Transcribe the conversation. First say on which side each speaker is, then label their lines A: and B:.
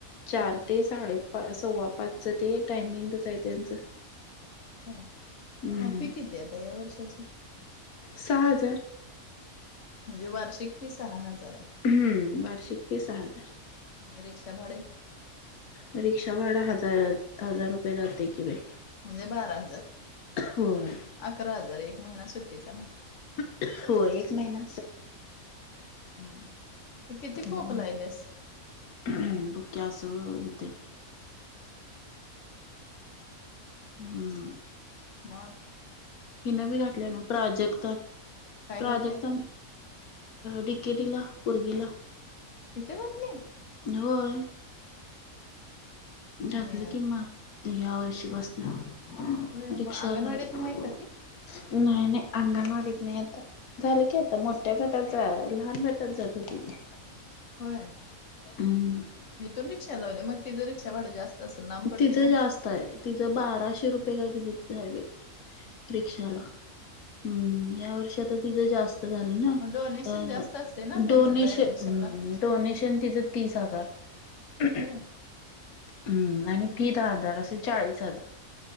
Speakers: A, on the left (about 85°); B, on the left (about 60°).
A: चार ते साडेपा सव्वापाचचं ते टायमिंगच आहे त्यांचं.
B: हा
A: हम्म
B: म फी किती आहे आता या वर्षाची?
A: सहा हाजार.
B: म्हणजे वार्षिक फी सहा हजार आहे.
A: हम्म वार्षिक फी सहा हजार.
B: आणि रिक्षा भांडे?
A: रिक्षा भाड हजार हजार रुपये जातय कि बाई.
B: म्हणजे बारा हजार,
A: होय.
B: अकरा हजार एक महिना सुट्टीचा ना.
A: हो एक महिना
B: हम्म. ते किती
A: <unintelligible>
B: खोकलायलेस
A: हम्म बकी आसं होतय. हम्म.
B: मगं?
A: हीन बी घातल्या नव्ह प्राजक्ता
B: काय
A: प्राजक्तान
B: घातल्या
A: डि. के. टी ला पोरगीला.
B: इथं घातल्या?
A: होय. घातलं
B: आणि
A: कि मा या वर्षी पासन
B: होय
A: रिक्षावाला
B: मग अंगणवाडीत नाही का ती
A: नाही नाही अंगणवाडीत नाही आता. झालं की आता मोठ्या गटात जा लहान गटात जात होती ती.
B: होय,
A: हम्म
B: इथून रिक्षा लावल्या मग तिज रिक्षा भाड जास्त असेल लांब पडते
A: तिचं
B: ना
A: जास्त आहे तिज बाराशे रुपये काय किती तर हाय बाई. रिक्षाला
B: होय
A: हम्म या वर्षीतच तिचं जास्त झालं ना
B: मग डोनेशन
A: अ
B: जास्त असते ना पहिल्यांदा
A: डोनेश
B: ऍडमिशनला
A: हम् डोनेशन तिचं तीस हजार
B: होय
A: हम्म आणि फि दहा हजार असे चाळीस हजार.